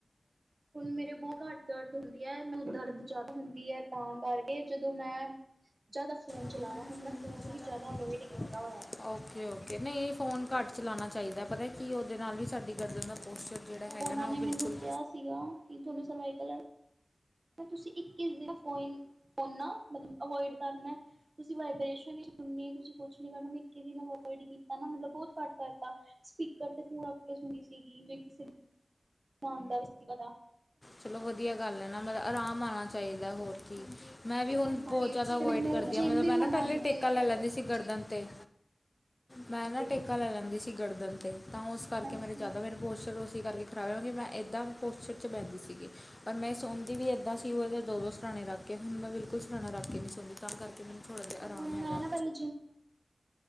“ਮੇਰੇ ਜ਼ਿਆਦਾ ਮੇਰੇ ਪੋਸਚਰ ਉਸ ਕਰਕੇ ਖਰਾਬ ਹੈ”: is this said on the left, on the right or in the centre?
Left